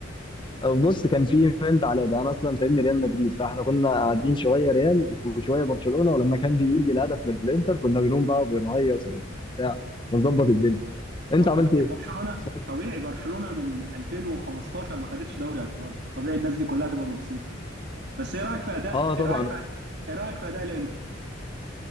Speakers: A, on the left; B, on the right.
A: بص كان في منت على ده انا اصلا فاهمني ريال مدريد فاحنا كنا قاعدين شويه ريال وشويه برشلونه ولما كان بيجي الهدف من الانتر كنا بنقوم بقى وبنهيص وبتاع ونظبط الدنيا انت
B: ما طبيعي
A: عملت ايه
B: برشلونة
A: اتفرجت؟
B: طبيعي برشلونة من 2015 ما خدتش دوري ابطال طبيعي الناس دي كلها تبقى مبسوطة بس ايه رايك في اداء
A: اه طبعا
B: ايه رايك في ايه رايك في اداء الانتر